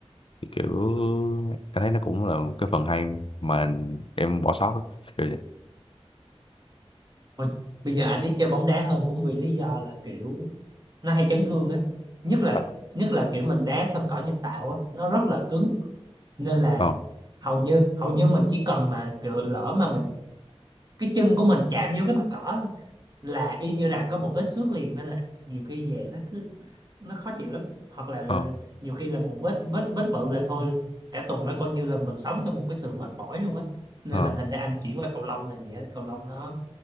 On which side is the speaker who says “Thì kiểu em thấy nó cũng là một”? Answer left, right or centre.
Left